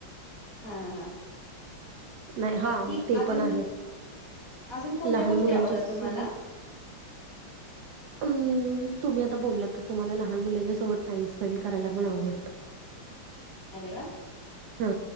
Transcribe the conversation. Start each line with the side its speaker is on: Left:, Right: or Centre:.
Left: हां...
Right: नाही हा
Left: बाकी
Right: ते
Left: अजून
Right: पण आहेच
Left: अजून कोणत्या
Right: लहान
Left: गोष्टी
Right: मुलांच्या
Left: आवडतात
Right: सोबत
Left: तुम्हाला <inaudible>
Right: अं..... तुम्ही आता बोलला तसं मला लहान मुलांच्या सोबत टाइम स्पेंड करायला पण आवडतो.
Left: अरे वा.
Right: हा